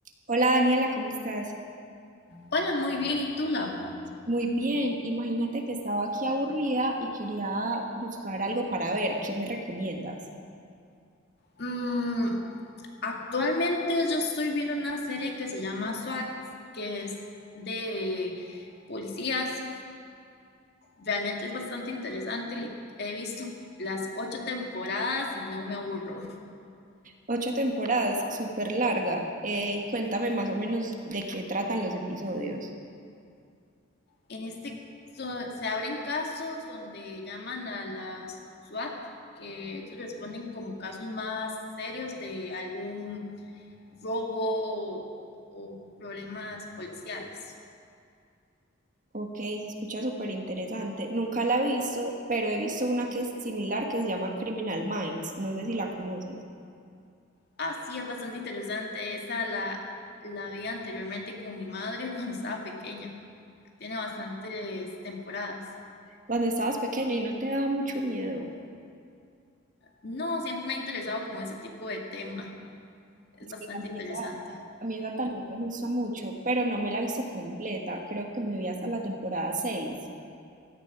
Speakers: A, on the right; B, on the left.
A: Hola Daniela, ¿cómo estás?
B: Hola, muy bien. ¿Y tú, Lau?
A: Muy bien, imagínate que estaba aquí aburrida y quería buscar algo para ver, ¿qué me recomiendas?
B: Mm, actualmente yo estoy viendo una serie que se llama SWAT, que es de policías. Realmente es bastante interesante. li- He visto las ocho temporadas y no me aburro.
A: Ocho temporadas, súper larga, eh, y cuéntame más o menos de qué tratan los episodios.
B: En este so- se abren casos donde llaman a las SWAT, que ellos responden como casos más serios de algún robo o problemas policiales.
A: Ok, se escucha súper interesante. Nunca la he visto, pero he visto una que es similar que se llama Criminal Minds, no sé si la conoces.
B: Así es bastante interesante. Esa la, la vi anteriormente con mi madre <laughs> cuando estaba pequeña. Tiene bastantes temporadas.
A: Cuando estabas pequeña y no te daba mucho miedo.
B: No, siempre me ha interesado como ese tipo de tema. Es
A: Sí,
B: bastante
A: a mí
B: interesante.
A: esa, a mí esa también me gusta mucho, pero no me la he visto completa. Creo que me vi hasta la temporada seis